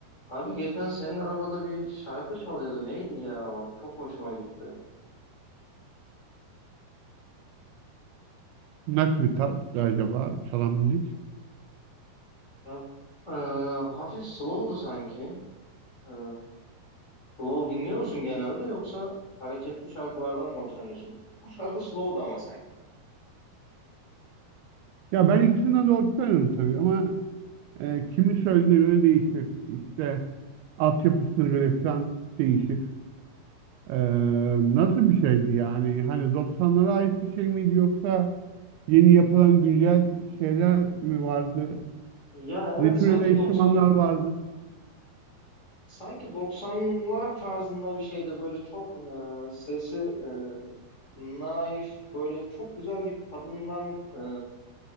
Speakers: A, on the left; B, on the right.
A: Abi geçen senin arabada bir şarkı çalıyordu. Neydi ya o? Çok hoşuma gitti.
B: Nasıl bir tarz acaba çalan müzik?
A: Ya, e, hafif slow'du sanki. E, slow dinliyor musun genelde yoksa hareketli şarkılardan mı hoşlanıyorsun? Bu şarkı slow'du ama sanki.
B: Ya ben ikisinden de hoşlanıyorum tabii ama e, kimi söylediğine göre değişir. İşte altyapısına göre falan değişir. E, nasıl bir şeydi yani? Hani 90'lara ait bir şey miydi yoksa yeni yapılan güncel şeyler mi vardı?
A: Ya evet
B: Ne tür
A: sanki
B: enstrümanlar
A: 90
B: vardı?
A: sanki 90'lar tarzında bir şeydi. Böyle çok e, sesi e, naif böyle çok güzel bir kadından e,